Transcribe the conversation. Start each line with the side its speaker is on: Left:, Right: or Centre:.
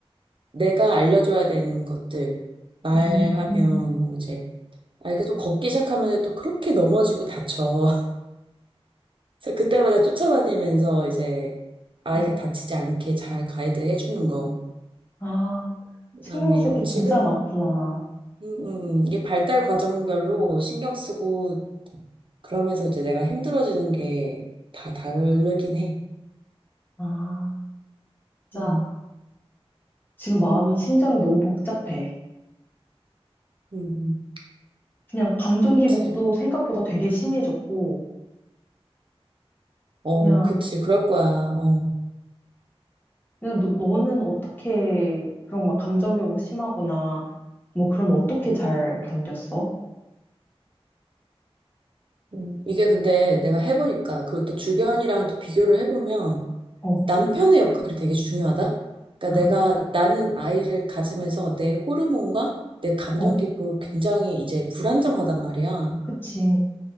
Right: 내가 알려줘야 되는 것들 말하면
Left: 음, 음,
Right: 뭐 이제 아 이게 또 걷기 시작하면 또 그렇게 넘어지고 다쳐. <laughs> 그래서 그때마다 쫓아다니면서 이제 아이가
Left: 어,
Right: 다치지 않게 잘 가이드 해주는 거.
Left: 아,
Right: 그다음에
Left: 신경 쓸
Right: 어
Left: 게 진짜
Right: 지금
Left: 많구나.
Right: 음, 음, 음, 이게 발달 과정별로 신경 쓰고 그러면서 이제 내가 힘들어지는 게 다 다르긴 해.
Left: 아, 진짜,
Right: 음,
Left: 지금 마음이, 심장이 너무 복잡해.
Right: 음,
Left: 그냥 감정
Right: 그치.
Left: 기복도 생각보다 되게 심해졌고,
Right: 어,
Left: 그냥,
Right: 그치. 그럴 거야. 어.
Left: 그냥 너, 너는 어떻게, 그런 막 감정 기복 심하거나, 뭐 그러면 어떻게 잘 견뎠어?
Right: 음, 이게 근데 내가 해보니까, 그리고 또 주변이랑 또 비교를 해보면,
Left: 어,
Right: 남편의 역할이 되게 중요하다? 그러니까
Left: 아,
Right: 내가, 나는 아이를 가지면서 내 호르몬과 내 감정
Left: 어,
Right: 기복이 굉장히 이제 불안정하단 말이야.
Left: 그치.